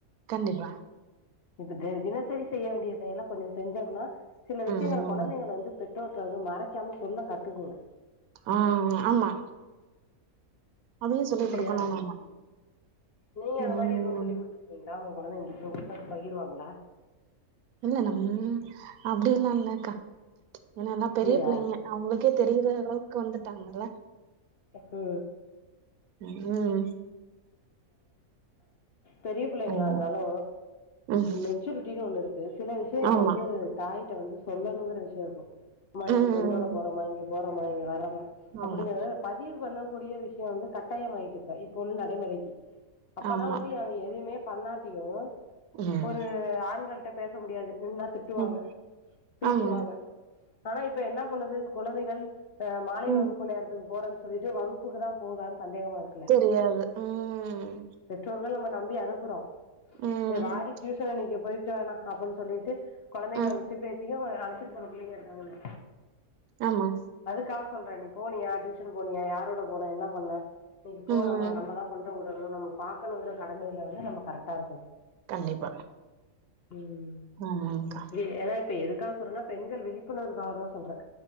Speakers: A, on the right; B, on the left.
A: கண்டிப்பா
B: இப்ப தே தினசரி செய்ய வேண்டிய செயல கொஞ்ச செஞ்சம்னா சில விஷயங்க
A: ம் ம்.
B: கொலத் கொழந்தைங்கள வந்து பெற்றோட்ட வந்து மறைக்காம சொல்ல கத்துக்கனு
A: ஆ ஆமா அதையும் சொல்லிக்
B: இல்லையா
A: குடுக்கணும் நம்ம.
B: நீங்க அந்த
A: ம்.
B: மாரி எதுவு சொல்லி குடுத் எங்காவது உங்க கொழந்தைங்களுக்கு இப்ப குடுத்தது பகிருவாங்களா
A: இல்ல நம்ம அப்டி எல்லா இல்லக்கா இல்ல எல்லா பெரிய
B: இல்லையா
A: பிள்ளைங்க அவுங்களுக்கே தெரியிற அளவுக்கு வந்துட்டாங்கல்ல
B: தப்பு
A: ம்
B: பெரிய புள்ளைங்களா
A: ம்.
B: இருந்தாலு
A: ம்.
B: மெச்சூரிட்டின்னு ஒண்ணு இருக் கு சில விஷயங்கள
A: ஆமா.
B: வந்து தாயிட்ட வந்து சொல்லணுங்குற விஷயோ இருக்கு அம்மா இன்னைக்கி
A: ம்.
B: ஃப்ரண்டோட போறோம்மா இங்க போறோம்மா இங்க வாரோம்மா
A: ஆமா,
B: அப்டிங்றத பதிவு பண்ண கூடிய விஷயம் வந்து கட்டாயமாயிட்டு இருப்ப இப்ப உள்ள நடைமுறைக்கு அப்பல்லாம்
A: ஆமா.
B: வந்து என் எதுவுமே பண்ணாட்டியும்
A: ம்.
B: ஒரு ஆண்கள் கிட்ட பேச முடியாது நின்னா திட்டுவாங்க
A: ம்.
B: பேசுவாங்க
A: ஆமா.
B: ஆனா இப்ப என்ன பண்ணுது குழந்தைகள் ஆ மாலை
A: ம்.
B: வகுப்பு நேரத்துக்கு போற சொல்லிட்டு வகுப்புக்கு தான் போகுதானு சந்தேகமா இருக்கு
A: தெரியாது ம்.
B: பெற்றோர்கள் நம்ம நம்பி அனுப்புறோம்
A: ம்.
B: ஏ வாடி டியூசன் இன்னைக்கு போய்க்க வேணா அப்புடின்னு சொல்லிட்டு கொழந்தைங்கள
A: ம்.
B: உசுப்பேத்தியும் அழைச்சிட்டு போற பிள்ளைங்க இருக்காங்களே
A: ஆமா
B: அதுக்காக சொல்றேன் நீ போனியா டியூஷன் போனியா யாரோட போன என்ன பண்ண இன்னைக்கு போனோமா
A: ம்.
B: நம்மதான் பண் போடணும் நம்ம பாக்கணுங்கிற கடமையில வந்து நம்ம கரெக்டா இருக்கணு
A: கண்டிப்பா
B: ம்
A: ஆமாக்கா
B: எ ஏன்னா இப்ப எதுக்காக சொல்றேன்னா பெண்கள் விழிப்புணர்க்காக தா சொல்றேன்